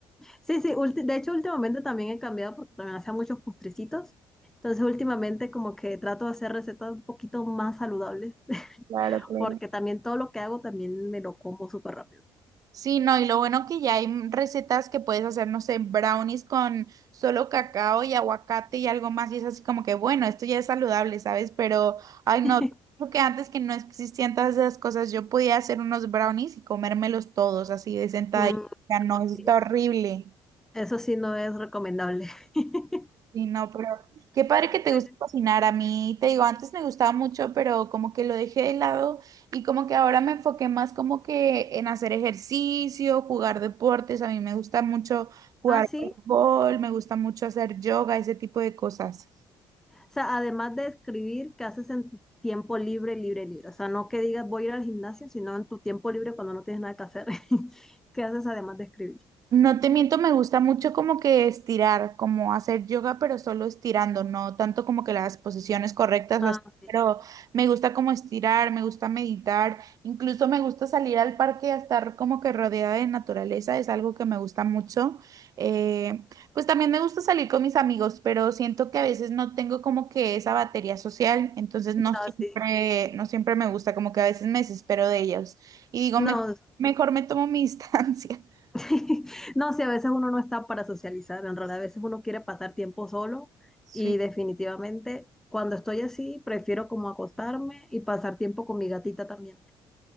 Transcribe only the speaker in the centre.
sí, sí, ulti- de hecho últimamente también he cambiado porque también hacía muchos postrecitos. Entonces últimamente como que trato de hacer recetas un poquito más saludables <laughs>
porque también todo lo que hago también me lo como súper rápido.
<laughs>
Mm,
sí.
Eso sí no es recomendable. <laughs>
Pero,
ah, sí.
O sea, además de escribir, ¿qué haces en tu tiempo libre, libre, libre? O sea, no que digas voy a ir al gimnasio, sino en tu tiempo libre cuando no tienes nada que hacer. <laughs> ¿Qué haces además de escribir?
Ah,
sí.
No,
sí.
No,
<laughs> no, sí, a veces uno no está para socializar, en realidad a veces uno quiere pasar tiempo solo
y definitivamente cuando estoy así prefiero como acostarme y pasar tiempo con mi gatita también,